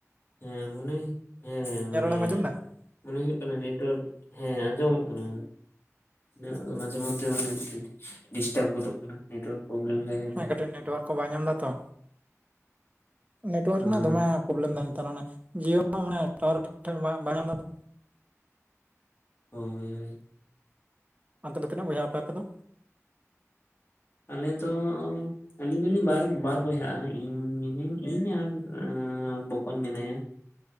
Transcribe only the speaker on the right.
ᱤᱧᱟᱹᱜ
ᱨᱚᱲᱮᱢ ᱟᱸᱡᱚᱢ ᱮᱫᱟ?
ᱦᱳᱭ ᱠᱟᱹᱴᱤᱜ ᱱᱮᱴᱚᱳᱣᱟᱨᱠ ᱠᱚ ᱵᱟᱭ ᱧᱟᱢ ᱫᱟ ᱛᱚ᱾ ᱱᱮᱴᱣᱟᱨ
ᱢᱟ ᱫᱚᱢᱮ ᱯᱚᱵᱞᱮᱢ ᱫᱟᱭ ᱱᱮᱛᱟᱨ ᱚᱱᱮ ᱡᱤᱭᱳ ᱦᱚᱸ ᱢᱟᱱᱮ ᱴᱟᱣᱟᱨᱚ ᱴᱷᱤᱠ ᱴᱷᱟᱠ ᱵᱟᱼᱵᱟᱭ ᱧᱟᱢᱫᱟ ᱛᱚ᱾
ᱟᱱᱛᱮ ᱫᱚ ᱛᱤᱱᱟᱹᱜ ᱵᱚᱭᱦᱟ ᱟᱯᱮ ᱟᱯᱮ ᱫᱚ?